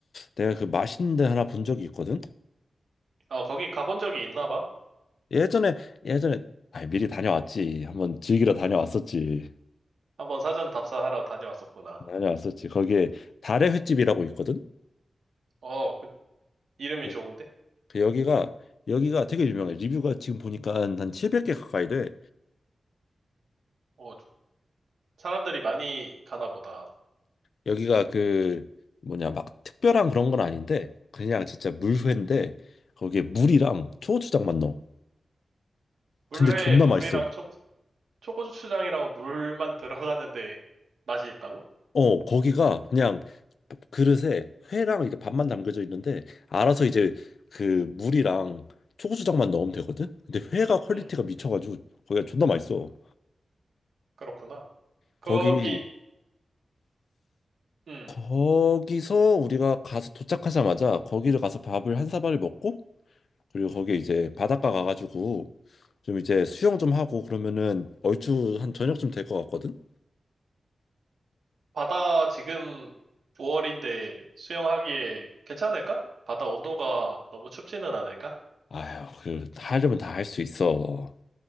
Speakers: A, on the left; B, on the right.
A: 내가 그 맛있는 데 하나 본 적이 있거든.
B: 어, 거기 가본 적이 있나 봐?
A: 예전에 예전에 아 미리 다녀왔지. 한번 즐기러 다녀왔었지.
B: 한번 사전 답사하러 다녀왔었구나.
A: 다녀왔었지. 거기에 달의 횟집이라고 있거든.
B: 어, 그 이름이
A: 네.
B: 좋은데?
A: 그그 여기가 여기가 되게 유명해. 리뷰가 지금 보니까 한 700개 가까이 돼.
B: 어, 사람들이 많이 가나 보다.
A: 여기가 그 뭐냐 막 특별한 그런 건 아닌데 그냥 진짜 물회인데 거기에 물이랑 초고추장만 넣어.
B: 물회,
A: 근데 존나
B: 물이랑
A: 맛있어.
B: 초고, 초고추장이랑 물만 들어갔는데 맛이 있다고?
A: 어, 거기가 그냥 그릇에 회랑 이렇게 밥만 담겨져 있는데 알아서 이제 그 물이랑 초고추장만 넣으면 되거든. 근데 회가 퀄리티가
B: 음,
A: 미쳐가지고 거기가 존나 맛있어.
B: 그렇구나. 거기,
A: 거기
B: 음,
A: 거기서 우리가 가서 도착하자마자 거기를 가서 밥을 한 사발을 먹고 그리고 거기에 이제 바닷가 가가지고 좀 이제 수영 좀 하고 그러면은 얼추 한 저녁쯤 될 것 같거든.
B: 바다 지금 5월인데 수영하기에 괜찮을까? 바다 온도가 너무 춥지는 않을까?
A: 아휴, 그 하려면 다 할 수 있어.